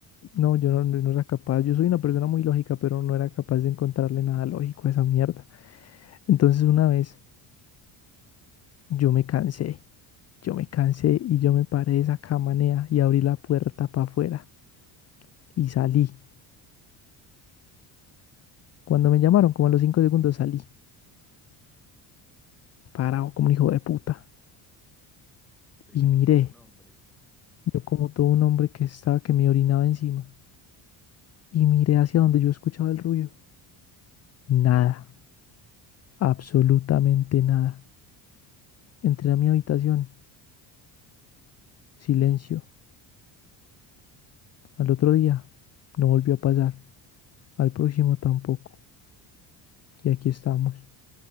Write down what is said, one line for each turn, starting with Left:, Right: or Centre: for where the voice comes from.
Left: No, yo no, no no era capaz. Yo soy una persona muy lógica, pero no era capaz de encontrarle nada lógico a esa mierda. Entonces una vez yo me cansé. Yo me cansé y yo me paré de esa cama, y abrí la puerta para afuera y salí. Cuando me llamaron, como a los cinco segundos salí, parado como un hijo de puta.
Centre: Usted
Left: Y
Centre: como
Left: miré,
Centre: todo un hombre.
Left: yo como todo un hombre que estaba, que me orinaba encima. Y miré hacia donde yo escuchaba el ruido. Nada, absolutamente nada. Entré a mi habitación, silencio. Al otro día no volvió a pasar, al próximo tampoco. Y aquí estamos.